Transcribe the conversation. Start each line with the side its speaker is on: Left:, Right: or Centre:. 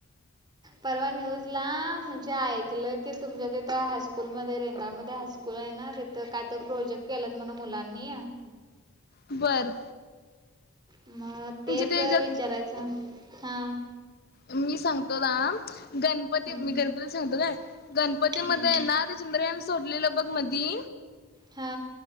Right: परवा न्यूजला म्हणजे ऐकलं की तुमच्या तिथं हायस्कूलमध्ये रेंदाळमध्ये हायस्कूल स्कूल आहे ना तिथं काय तर प्रोजेक्ट केल्यात म्हण मुलांनी.
Left: बरं.
Right: मग तेच
Left: त्याच्यात
Right: विचारायचं? हा.
Left: मी सांगतो थांब. गणपती
Right: हं
Left: मी गणपती सांगतो काय, गणपतीमध्ये
Right: हं
Left: ना ते चंद्रयान सोडलेलं बघ मधी?
Right: हा.